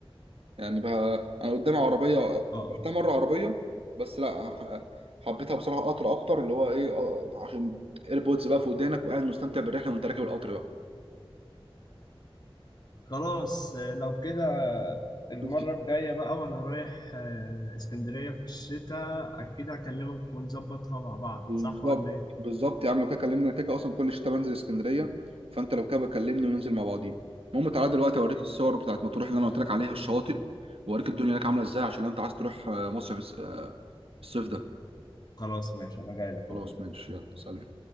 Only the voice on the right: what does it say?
يعني بقى انا قدامي عربيه
رحتها مره عربيه بس لا ح- حبيتها بصراحه قطر اكتر اللي هو ايه اه، عشان ايربودز بقى في ودانك وقاعد مستمتع بالرحله وانت راكب القطر بقى
ف-
بالظبط
بالظبط يا عم لو كده كلمني انا كده اصلا كل شتاء بنزل اسكندريه فانت لو كده بكلمني وننزل مع بعضين المهم تعالى دلوقتي اوريك الصور بتاعت مطروح اللي انا قلت لك عليها الشواطئ واوريك الدنيا هناك عامله ازاي عشان لو انت عايز تروح آه، مصر في الس- آه، الصيف ده
خلاص
ماشي يلا سلام